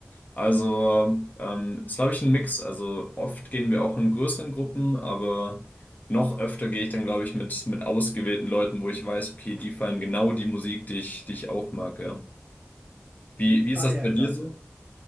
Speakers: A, on the left; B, on the right.
A: Also ähm, ist, glaube ich, ein Mix. Also oft gehen wir auch in größeren Gruppen, aber noch öfter gehe ich dann, glaube ich, mit, mit ausgewählten Leuten, wo ich weiß, okay, die feiern genau die Musik, die ich, die ich auch mag, ja. Wie,
B: Mhm.
A: wie ist
B: Ah
A: das
B: ja,
A: bei dir
B: klar,
A: so?
B: klar.